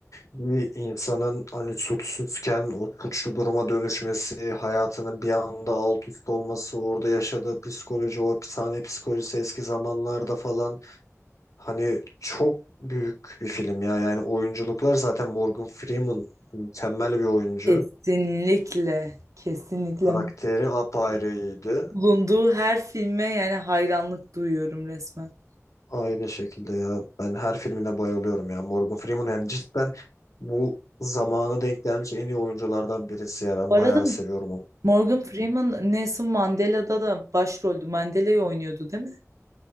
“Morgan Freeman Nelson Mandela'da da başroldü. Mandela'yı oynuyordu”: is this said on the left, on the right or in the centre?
Right